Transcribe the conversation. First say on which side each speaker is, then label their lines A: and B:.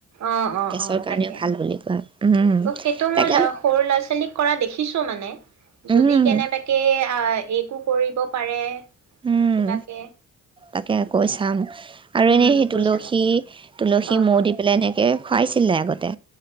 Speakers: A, on the right; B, on the right.
A: অ অ
B: গেছৰ
A: অ
B: কাৰণেও
A: তাকে
B: ভাল বুলি কয় উম,
A: তো সেইটো
B: তাকে
A: মই সৰু ল'ৰা ছোৱালীক কৰা দেখিছো মানে
B: উম
A: যদি কেনেবাকে আহ একো কৰিব পাৰে
B: উম
A: কিবাকে
B: তাকে কৈ চাম আৰু
A: উম
B: এনেই সেই
A: কৈ
B: তুলসী
A: চাবা
B: তুলসী
A: অ
B: মৌ দি পেলাই এনেকে খুৱাইছিলে আগতে।